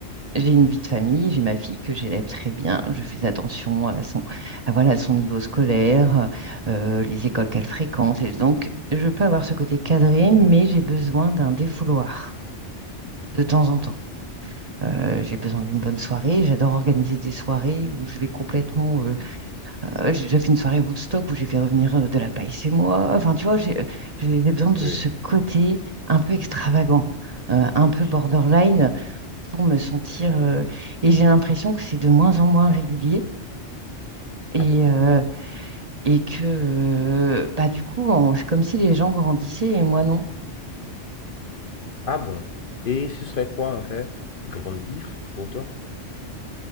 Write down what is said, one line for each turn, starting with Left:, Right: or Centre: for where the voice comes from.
Right: j'ai une vie de famille, j'ai ma fille que j'élève très bien, je fais attention à son, à, voilà, à son niveau scolaire, euh, les écoles qu'elle fréquente. Et donc je peux avoir ce côté cadré, mais j'ai besoin d'un défouloir de temps en temps. Euh, j'ai besoin d'une bonne soirée. J'adore organiser des soirées où je vais complètement euh, Euh, j'ai déjà fait une soirée Woodstock où j'ai fait revenir euh, de la paille chez moi. Enfin, tu vois, j'ai j'ai besoin de ce
Left: Oui,
Right: côté un peu extravagant, euh, un
Left: oui.
Right: peu borderline pour me sentir. euh, et j'ai l'impression que c'est de moins en moins régulier et,
Left: Ah bon.
Right: euh, et que, euh, bah, du coup, on- c'est comme si les gens grandissaient et moi non.
Left: Ah bon. Et ce serait quoi en fait grandir pour toi?